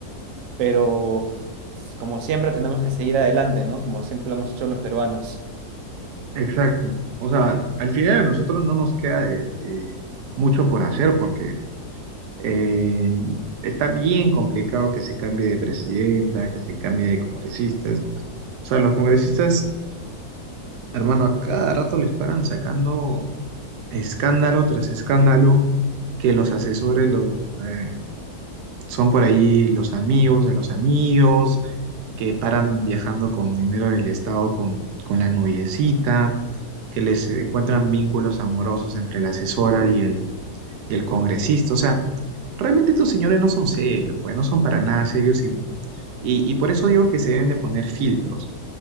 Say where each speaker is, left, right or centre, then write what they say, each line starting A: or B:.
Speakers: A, on the right; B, on the right.
A: pero como siempre tenemos que seguir adelante, ¿no? Como siempre lo hemos hecho los peruanos.
B: Exacto. O sea, al final a nosotros no nos queda de- de mucho por hacer porque Eh, está bien complicado que se cambie de presidenta, que se cambie de congresistas. O sea, los congresistas, hermano, a cada rato les paran sacando escándalo tras escándalo, que los asesores los, eh, son por ahí los amigos de los amigos, que paran viajando con dinero del Estado con, con la noviecita, que les encuentran vínculos amorosos entre la asesora y el el congresista. O sea, realmente estos señores no son serios, pues no son para nada serios y, y- y por eso digo que se deben de poner filtros